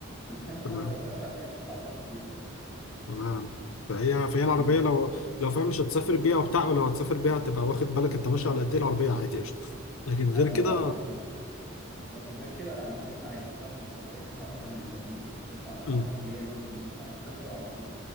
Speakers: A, in the centre; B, on the left.
A: النيسان الصيني
B: تمام
A: لو طلعت على 120 العربيه هتطير
B: تمام فهي فهي العربيه
A: فاهمني؟
B: لو لو فاهم مش هتسافر بيها وبتاع ولو هتسافر بيها هتبقى واخد بالك انت ماشي على قد ايه العربيه عادي قشطه لكن غير
A: ايوه
B: كده
A: اه لكن لكن غير كده لا مش هينفع يعني ما تنفعش للسفر هي تنفع مثلا للمدينه تنفع للحركات
B: أمم،
A: اللي هي الم- اللي مس- محتاجه سرعه بسيطه